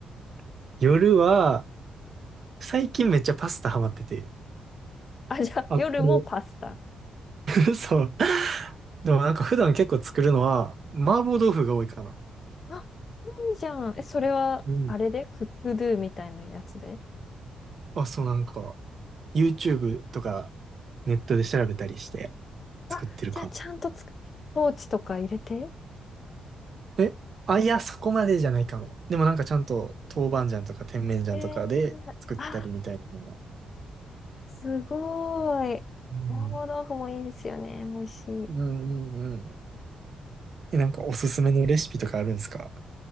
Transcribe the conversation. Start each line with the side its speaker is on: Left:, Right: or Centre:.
Right: <laughs> 夜は、最近めっちゃパスタハマってて。
Left: あ、じゃあ、
Right: あ、
Left: 夜もパスタ。
Right: こう <laughs> そう。でもなんか普段結構作るのは、麻婆豆腐が多いかな。
Left: あ、いいじゃん。え、それは、
Right: うん。
Left: あれでクックドゥみたいなやつで
Right: あ、そうなんか、YouTube とかネットで調べたりして
Left: あ、
Right: 作ってるかも。
Left: じゃあちゃんとつく、ポーチとか入れて。
Right: え、あ、いや、そこまでじゃないかも。でもなんかちゃんと豆板醤とか甜麺醤とかで作ったりみたいなのが。
Left: えー、あ、すごい。
Right: うん。
Left: 麻婆豆腐もいいですよね。美味しい。
Right: うんうんうん。え、なんかおすすめのレシピとかあるんですか